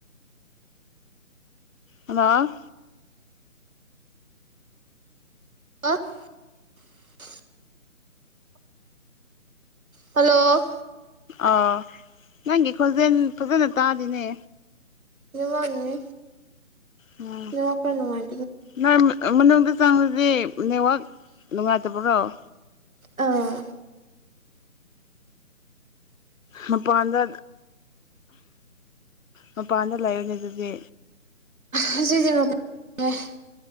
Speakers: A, on the left; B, on the right.
A: ꯍꯜꯂꯣ
B: <unintelligible> ꯍꯜꯂꯣ
A: ꯑꯥ ꯅꯪꯒꯤ ꯈꯣꯟꯖꯦꯜ ꯐꯖꯅ ꯇꯥꯗꯤꯅꯦ
B: ꯅꯦꯋꯥꯛꯅꯅꯤ
A: ꯎꯝ
B: ꯅꯦꯋꯥꯛ ꯈꯔ ꯅꯨꯡꯉꯥꯏꯇꯦ
A: ꯅꯣꯏ ꯃꯅꯨꯡꯗ ꯆꯪꯕꯗꯤ ꯅꯦꯠꯋꯥꯛ ꯅꯨꯡꯉꯥꯏꯇꯕ꯭ꯔꯣ ꯑꯣ
B: ꯑꯥ
A: ꯃꯄꯥꯟꯗ ꯃꯄꯥꯟꯗ ꯂꯩꯕꯅꯤ ꯑꯗꯨꯗꯤ
B: ꯍꯧꯖꯤꯛꯁꯦ <unintelligible>